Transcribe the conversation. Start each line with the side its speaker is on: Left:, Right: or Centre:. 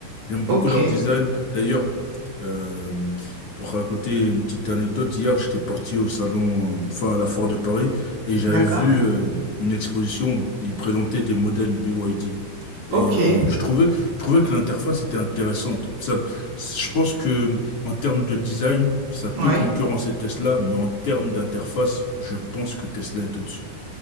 Left: J'aime beaucoup
Right: Ok,
Left: leur design. D'ailleurs, euh, pour raconter une petite anecdote, hier, j'étais parti au salon, euh, enfin à la Foire de Paris, et j'avais
Right: d'accord.
Left: vu euh, une exposition, ils présentaient des modèles BYD. Et
Right: Ok,
Left: euh, je trouvais, je trouvais que l'interface était intéressante. Ça, je pense que en termes de design, ça peut
Right: ouais.
Left: concurrencer Tesla, mais en termes d'interface, je pense que Tesla est au-dessus.